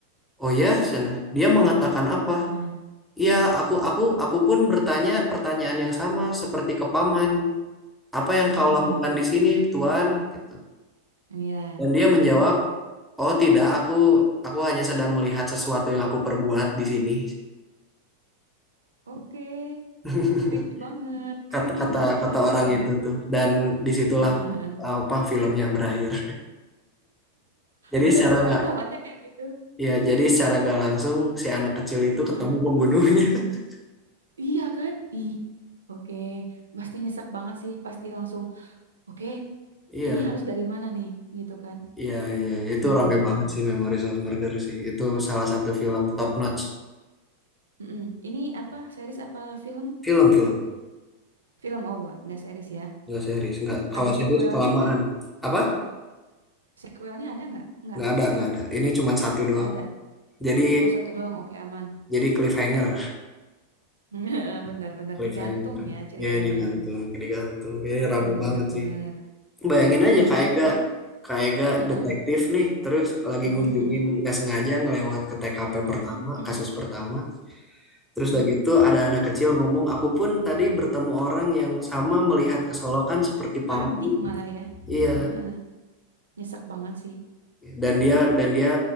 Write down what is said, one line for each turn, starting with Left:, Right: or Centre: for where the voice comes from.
Centre: Oh ya, Sena. Dia mengatakan apa?
Right: Heeh,
Centre: Iya, aku aku aku pun bertanya pertanyaan yang sama seperti ke paman. Apa yang
Right: heeh.
Centre: kau lakukan di sini, Tuan? gitu.
Right: Iya.
Centre: Dan dia menjawab, "Oh tidak, aku aku hanya sedang melihat sesuatu yang aku perbuat di sini."
Right: Oke.
Centre: <laughs>
Right: Creepy banget,
Centre: Kata
Right: creepy
Centre: kata
Right: banget.
Centre: kata orang
Right: Oke.
Centre: itu tuh. Dan disitulah
Right: Heeh, heeh.
Centre: apa filmnya berakhir. Jadi
Right: Bener-bener
Centre: secara nggak
Right: tamatnya kayak gitu.
Centre: ya, jadi secara nggak langsung si anak kecil itu
Right: Heeh.
Centre: ketemu pembunuhnya. <laughs>
Right: Iya kan? Ih. Oke. Pasti nyesek banget sih, pasti langsung. Oke,
Centre: Iya,
Right: ini harus dari mana nih gitu kan.
Centre: iya, iya. Itu
Right: Hmm.
Centre: rame banget sih Memories of Murder sih. Itu salah satu film top notch.
Right: mm-mm. Ini apa? Series apa film?
Centre: Film, film.
Right: Film oh, nggak series ya.
Centre: Nggak series. Nggak, kalau
Right: Ada
Centre: series
Right: sequelnya
Centre: kelamaan.
Right: nggak?
Centre: Apa?
Right: Sequelnya ada nggak? Nggak,
Centre: Nggak ada, nggak ada. Ini cuma satu doang.
Right: nggak ada.
Centre: Jadi,
Right: Oh satu doang, oke aman.
Centre: jadi cliffhanger.
Right: <laughs> Bener-bener
Centre: Cliffhanger.
Right: digantung ya ceritanya.
Centre: Ya digantung, digantung. Ini
Right: Heeh,
Centre: rame
Right: Bener-bener.
Centre: banget sih. Bayangin aja
Right: Iya,
Centre: Kak
Right: diga.
Centre: Ega,
Right: Hah?
Centre: Kak Ega
Right: Heeh.
Centre: detektif nih, terus lagi
Right: Mm-mm,
Centre: ngunjungin
Right: mm-mm,
Centre: nggak sengaja ngelewat ke TKP
Right: mm-mm,
Centre: pertama,
Right: mm-mm,
Centre: kasus pertama. Terus
Right: mm-mm.
Centre: udah gitu ada anak kecil ngomong, aku pun tadi bertemu orang yang sama melihat kesolokan seperti paman.
Right: Tadi malah ya.
Centre: Iya.
Right: Heeh. Nyesek banget sih.
Centre: Dan dia dan dia